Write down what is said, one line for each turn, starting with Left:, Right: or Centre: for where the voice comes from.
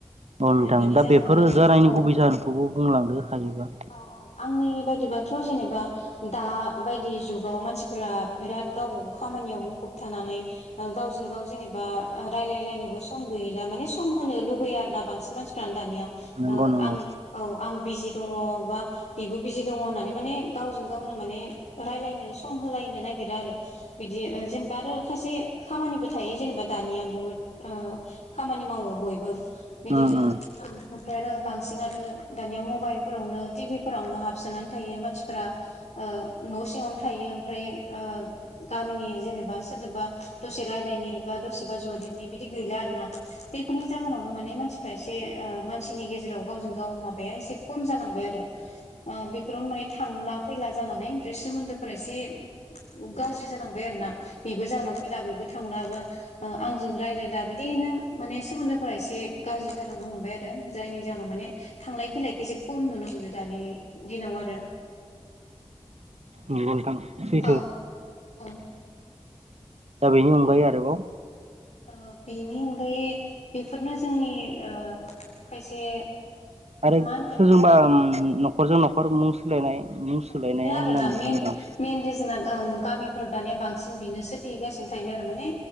Right: औ नोंथां
Left: बिनि
Right: दा
Left: जाहोनावनो
Right: बेफोरो जानायनि
Left: औ
Right: गुबै जाहोनखौबो बुंलांदो हायोबा।
Left: औ औ आंनि बायदिबाथ जेनेबा दा बायदि जुगाव मानसिफोरा बिराद गावबागाव खाम नि याव मुखुब थानानै गावजों गाव जेनेबा रायलायलायनोबो सम गैला माने सम हो लुबै आरोना बांसिन मानसिफ्रानो दानिया
Right: नंगौ नंगौ
Left: आं औ आं बिजि दंङ हा। बेबो बिजि दंङ होननानै माने गावजों गावनो माने रायलायनो सम होलायनो नागिरा आरो। बिदि जेनेबा आरो खायसे। खामानिबो थायो जेनेबा दानिया बुहुद खामानि मावो बयबो।
Right: नंगौ
Left: बिदिनो ओमफ्राय आरो बांसिन आरो दानिया मबाइलफोरावनो टि भि। फ्रावनो हाबसोना थायो मानसिफोरा न' सिङावनो थायो ओमफ्राय गा। गामिनि जेनेबा सोरनोबा दसे रायलायनि बा दसेबा जदेरनि बिदि गैला आरोना। बेफोरनि जाहोनावनो माने मानसिफ्रा एसे मानसिनि गेजेराव गावजों गाव माबाया एसे खम जालांबाय आरो। बेफोरावनो माने थांला फैला जानानै ओमफ्राय सोमोन्दोफोरा एसे। गाज्रि जालांबाय आरोना बेबो जोंहानाव फैला बेबो थां ला। आंजों रायलायला बिदिनो माने सोमोन्दोफोरा एसे गाज्रि जालांनो हमबाय आरो जायनि जा याव माने थांलाय फैलायखौ एसे खम नुनो मोनो। दानि दिनाव आरो।
Right: नंगौ नोंथां। सैथो
Left: औ औ
Right: दा बेनि अनगायै आरोबाव
Left: ओ बेनि अनगायै बेफोरनो जोंनि ओ खायसे
Right: आरो
Left: मा होनगोन
Right: सोरजोंबा
Left: इखो ओ
Right: नखरजों नखर मुं सोलायनाय मुं सोलायनाय
Left: औ बेनो आरोना
Right: होननानै
Left: मेन
Right: बुङो आं
Left: मेन रिजोना ओं गामिफोराव दानिया बांसिन बेनोसो दगासिनो थायो आरो माने